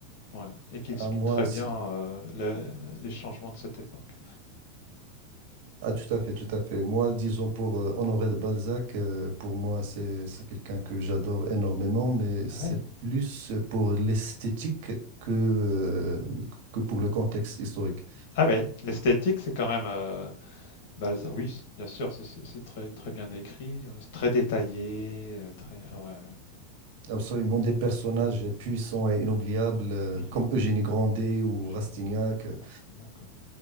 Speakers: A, on the left; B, on the right.
A: Ouais, et qui
B: À
A: explique
B: moi,
A: très
B: si-
A: bien euh, le- les changements de cette époque.
B: ah, tout à fait, tout à fait. Moi, disons pour euh, Honoré de Balzac, euh, pour moi, c'est c'est quelqu'un que j'adore énormément, mais
A: Ah
B: c'est
A: oui.
B: plus pour l'esthétique que euh, que pour le contexte historique.
A: Ah oui, l'esthétique, c'est quand même euh, Balzac. Oui, c- bien sûr, c'est c'est- c'est très, très bien écrit, euh, c'est très détaillé, euh, très. Ah ouais, ouais.
B: Absolument, des personnages puissants et inoubliables euh,
A: Mhm.
B: comme Eugénie Grandet ou
A: Génial.
B: Rastignac. euh,
A: Ah, c'est bien, quoi.